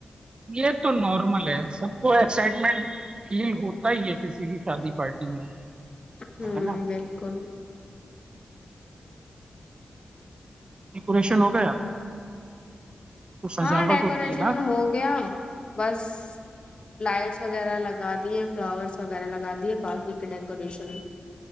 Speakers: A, on the right (about 35°); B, on the left (about 40°).
A: یہ تو نارمل ہے سب کو ایکسائٹمنٹ فیل ہوتا ہی ہے کسی بھی شادی پارٹی میں
B: ہاں
A: ہے نا
B: بالکل
A: ڈیکوریشن ہو گیا تو سجاوٹ
B: ہاں ڈیکوریشن
A: ہوتی ہے نا
B: ہو گیا بس لائٹس وغیرہ لگا دیئے فلاورس وغیرہ لگا دیے باقی کے ڈیکوریشن